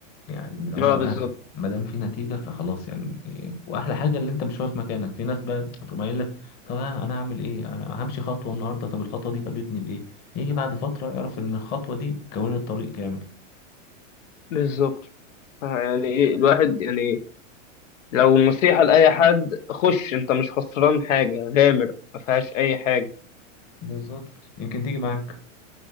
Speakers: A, on the left (about 25°); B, on the left (about 70°).
A: يعني اللي هو
B: اه
A: اه
B: بالظبط
A: ما دام في نتيجة فخلاص يعني واحلى حاجة ان انت مش واقف مكانك في ناس بقى تقوم قايل لك طب ها انا هعمل ايه أنا همشي خطوة النهاردة طب الخطوة دي فادتني بايه يجي بعد فترة يعرف ان الخطوة دي كونت طريق كامل
B: بالظبط يعني ايه الواحد يعني لو نصيحة لأي حد خش انت مش خسران حاجة غامر ما فيهاش اي حاجة
A: بالظبط يمكن تيجي معاك